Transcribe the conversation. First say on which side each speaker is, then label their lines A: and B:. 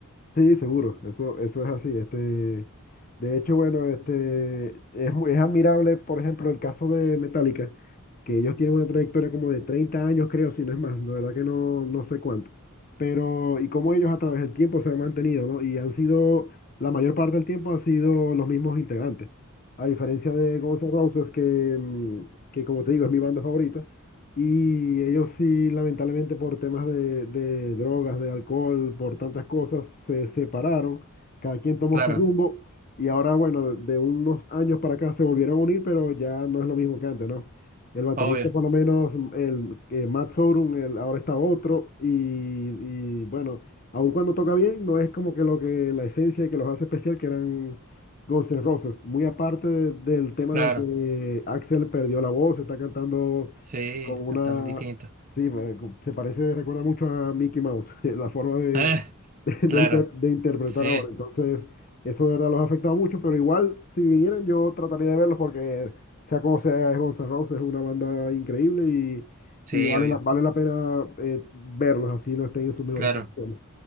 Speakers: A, on the left; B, on the right.
A: Sí, seguro, eso, eso es así. Este, de hecho, bueno, este, es, mu- es admirable, por ejemplo, el caso de Metallica, que ellos tienen una trayectoria como de 30 años, creo, si no es más, la verdad que no, no sé cuánto. Pero, y cómo ellos a través del tiempo se han mantenido, ¿no? Y han sido, la mayor parte del tiempo han sido los mismos integrantes. A diferencia de Guns N' Roses, que, mm, que como te digo, es mi banda favorita, y ellos sí, lamentablemente por temas de, de drogas, de alcohol, por tantas cosas, se separaron, cada quien tomó
B: Claro,
A: su rumbo y ahora, bueno, de, de unos años para acá se volvieron a unir, pero ya no es lo mismo que antes, ¿no? El baterista
B: obvio,
A: por lo menos, mm, el, eh, Matt Sorum, el- ahora está otro y, y, bueno, aun cuando toca bien, no es como que lo que la esencia que los hace especial, que eran Guns N' Roses, muy aparte de- del tema
B: claro,
A: de que Axel perdió la voz, está cantando
B: sí,
A: con una...
B: cantaban distinto.
A: Sí, me- se parece, recuerda mucho a Mickey Mouse, <laughs> la forma de,
B: <laughs>
A: de, de
B: claro,
A: inter- de interpretar
B: sí,
A: ahora. Entonces, eso de verdad los ha afectado mucho, pero igual, si vinieran, yo trataría de verlos porque, sea como sea, es Guns N' Roses, es una banda increíble y,
B: sí,
A: y vale
B: obvio,
A: la, vale la pena eh, verlos, así no estén en sus mejores
B: claro.
A: condiciones.